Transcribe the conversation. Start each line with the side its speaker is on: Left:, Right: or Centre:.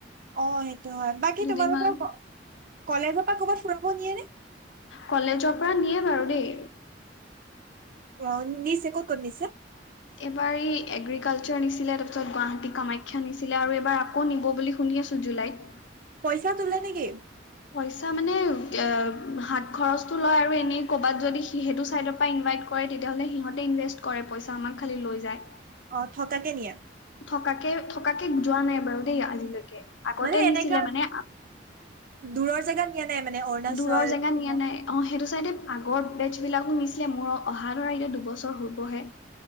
Right: অ', সেইটো হয়। বাকী
Left: দুদিনমান
Right: তোমালোকৰ ক-কলেজৰ পৰা ক'বাত ফুৰাব নিয়ে নে?
Left: কলেজৰ পৰা নিয়ে বাৰু দেই।
Right: পোৰণ নিছে, ক'ত-ক'ত নিছে?
Left: এবাৰ ই এগ্ৰিকালচাৰ নিছিলে, তাৰপিছত গুৱাহাটী কামাখ্যা নিছিলে আৰু এইবাৰ আকৌ নিব বুলি শুনি আছ জুলাইত।
Right: পইচা তোলে নেকি?
Left: পইচা মানে এ, হাত খৰচটো লয় আৰু এনেই ক'বাত যদি সি-সেইটো চাইডৰ পৰা ইনভাইট কয়ে তেতিয়াহ'লে সিহঁতে ইনভেষ্ট কৰে পইচা, আমাক খালি লৈ যায়।
Right: অ', থকাকে নিয়ে?
Left: থকাকে, থকাকে যোৱা নাই বাৰু দেই আজিলৈকে। আগতে
Right: মানে এনেকা,
Left: নিছিলে মানে
Right: দূৰৰ জেগাত নিয়া নাই মানে, অৰুণাচল,
Left: দূৰৰ জেগাত
Right: শ্বিলং?
Left: নিয়া নাই অ', সেইটো চাইডে আগৰ বেট্ছ বিলাকো নিছিলে। মোৰ অহা ধৰা এতিয়া দুবছৰ হ'বহে।